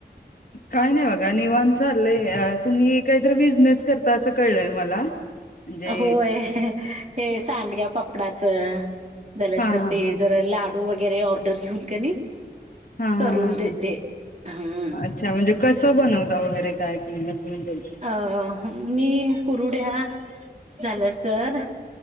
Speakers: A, on the left; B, on the right.
A: काय नाही बघा निवांत चाललंय, तुम्ही काहीतरी बिझनेस करता असं कळलंय मला? म्हणजे
B: होय, हे सांडग्या पापड डाच झालच
A: हा
B: तर
A: हा
B: ते
A: हा
B: जरा ला डू वगैरे ऑर्डर घेऊन कनी
A: हा हा हा
B: करून देते,
A: हा.
B: हम
A: अच्छा म्हणजे कसं बनवता वगैरे काय तुम्ही म्हणजे
B: अ, मी कुरुड्या झालंस तर,